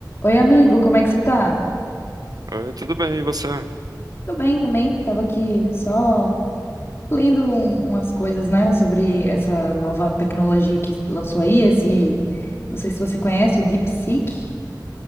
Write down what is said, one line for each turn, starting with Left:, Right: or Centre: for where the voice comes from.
Left: Oi, amigo, como é que você tá?
Right: Oi, tudo bem, e você?
Left: Tô bem também, tava aqui só lendo um- umas coisas, né, sobre essa nova tecnologia que lançou aí, esse, não sei se você conhece, o DeepSeek.